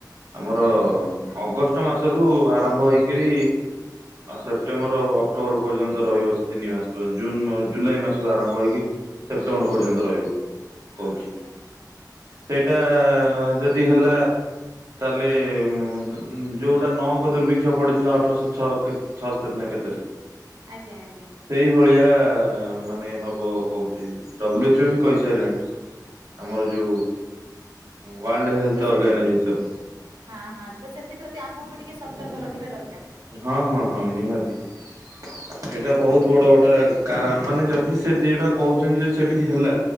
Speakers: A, on the right; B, on the right.
A: ଆମର ଅଗଷ୍ଟ ମାସରୁ ଆରମ୍ଭ ହେଇକିରି ଆ ସେପ୍ଟେମ୍ବର ଆଉ ଅକ୍ଟୋବର ପର୍ଯ୍ୟନ୍ତ ରହିବ ସେ ତିନିମାସ ପଯ ଜୁନ ମ ଜୁଲାଇ ମାସରୁ ଆରମ୍ଭ ହେଇକି ସେପ୍ଟେମ୍ବର ପର୍ଯ୍ୟନ୍ତ ରହିବ କହୁଛି।
B: ଆଜ୍ଞା
A: ସେଇଟା ଯଦି ହେଲା ତାହେଲେ ଉ ଯୋ ଉ ଯୋଉଟା ନଅଙ୍କ ଦୁର୍ଭିକ୍ଷ ପଡିଥିଲା ଅଠରଶହ ଛଅତୋରି ଛଅସ୍ତରି ନା କେତେରେ।
B: ଆଜ୍ଞା ଆଜ୍ଞା
A: ସେଇ ଭଳିଆ ଆ ମାନେ ହବ କହୁଛି, ଡବଲୁ ଏଚ ଓ ବି କହିସାରିଲାଣି। ଆମର ଯୋଉ ୱାର୍ଲଡ ହେଲ୍ଥ
B: ହଁ ତ
A: ଅର୍ଗାନାଇଜେସନ
B: ସେ ହଁ ହଁ ତ ସେଥିପ୍ରତି ଆମକୁ ବି ଟି କେ ସତର୍କ ରହିବା ଦର୍
A: ହଁ ହଁ ହଁ ନିହାତି। ଏଇଟା
B: ହଁ
A: ବୋହୁତ୍ ବଡ଼ ଗୋଟେ କାଳ ମାନେ ଯଦି ସେ ଦି ଟା କହୁଛନ୍ତି ଯଦି ସେମିତି ହେଲା,